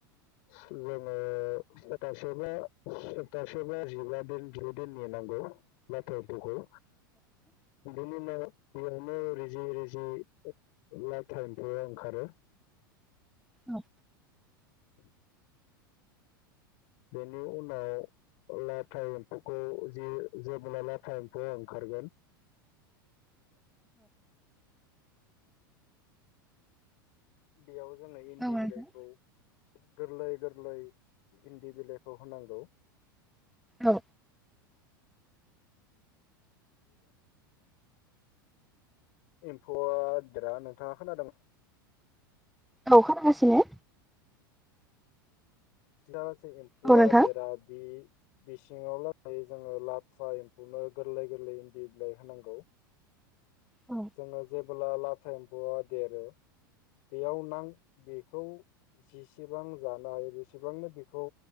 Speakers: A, on the left; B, in the centre.
A: जोङो सतासेबा सप्तासेबा जिबा दिन जिदुदिन नेनांगौ लाथा एम्फौखौ। बिनिनो बेयावनो रिजि रिजि लाथा एफौआ ओंखारो।
B: औ
A: <inaudible> बेनि उनाव लाथा एम्फौखौ जि जेबोला लाथा एम्फौआ ओंखारगोन <inaudible> बेयाव जोङो इन्दि
B: नोंथां
A: बिलाइखौ गोरलै गोरलै इन्दि बिलाइखौ होनांगौ।
B: औ
A: एम्फौआ देरा नोंथाङा खोनादों
B: औ खोनागासिनो
A: <inaudible> सै एम्फौआ
B: औ नोंथां।
A: देरा बि बिस जोङो लाथा एम्फुनो गोरलै गोरलै इन्दि बिलाइ होनांगौ।
B: औ
A: जोङो जेबोला ला था इम्फुआ देरो बेयाव नां बेखौ जिसेबां जानो हायो बेसेबांनो बेखौ